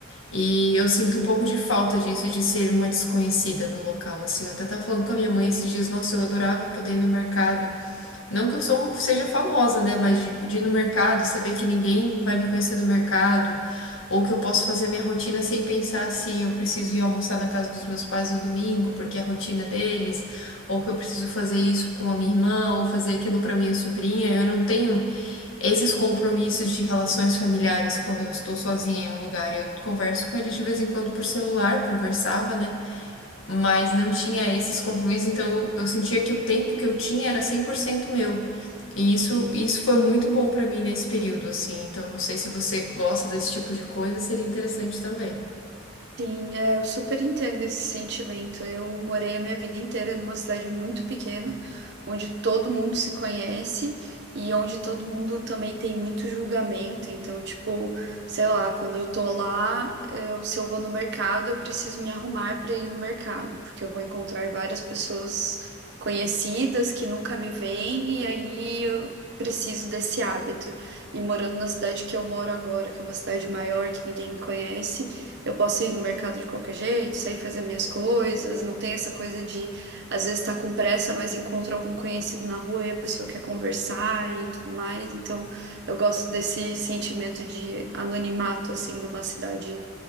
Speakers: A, on the left (about 85°); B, on the right (about 60°).
A: E eu sinto um pouco de falta disso, de ser uma desconhecida no local, assim. Eu até tava falando com a minha mãe esses dias, nossa, eu adorava poder ir no mercado não que eu sou- seja famosa, né? Mas de, de ir no mercado e saber que ninguém vai me conhecer no mercado, ou que eu posso fazer a minha rotina sem pensar se eu preciso ir almoçar na casa dos meus pais no domingo, porque é a rotina deles, ou que eu preciso fazer isso com a minha irmã, ou fazer aquilo para minha sobrinha. Eu não tenho esses compromissos de relações familiares quando eu estou sozinha em um lugar. Eu converso com eles de vez em quando por celular, conversava, né? mas não tinha esses compromissos, então eu sentia que o tempo que eu tinha era 100% meu. E isso, isso foi muito bom pra mim nesse período, assim. Então, não sei se você gosta desse tipo de coisa, seria interessante também.
B: Sim, é, eu super entendo esse sentimento. Eu morei a minha vida inteira numa cidade muito pequena, onde todo mundo se conhece e onde todo mundo também tem muito julgamento. Então, tipo, sei lá, quando eu tô lá, eu, se eu vou no mercado, eu preciso me arrumar para ir no mercado, porque eu vou encontrar várias pessoas conhecidas que nunca me veem e aí eu preciso desse hábito. E morando na cidade que eu moro agora, que é uma cidade maior, que ninguém me conhece. Eu posso ir no mercado de qualquer jeito, sair fazer minhas coisas. Não tem essa coisa de, às vezes, estar com pressa, mas encontra algum conhecido na rua e a pessoa quer conversar e tudo mais. Então, eu gosto desse sentimento de anonimato, assim, de uma cidade